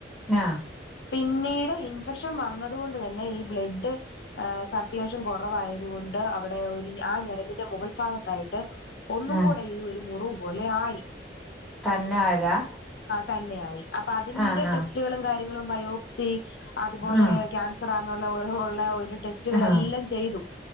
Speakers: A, in the centre; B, on the left.
A: ആ
B: പിന്നീട് ഇൻഫെക്ഷൻ വന്നത് കൊണ്ട് തന്നെ ഈ ബ്ലഡ്ഡ് ആ സർക്കുലേഷൻ കൊറവായതുകൊണ്ട് അവ ഒര് ആ ഞെരമ്പിന്റെ മുകൾ ഭാഗത്തായിട്ട് ഒന്നും
A: ആ
B: കൂടെ ഈ ഒരു മുറിവ് പോലെ ആയി
A: തന്നെ ആയതാ?
B: തന്നെ ആയി അപ്പൊ അതിന്റെ
A: ആ ആ
B: ടെസ്റ്റുകളും കാര്യങ്ങ ങ്ങളും ബയോപ്സി അതുപോലെ
A: ആ
B: ക്യാൻസറാണ് ള്ള ഉള്ള ഒരു ടെസ്റ്റുകളെല്ലാം
A: അഹ്
B: ചെയ്തു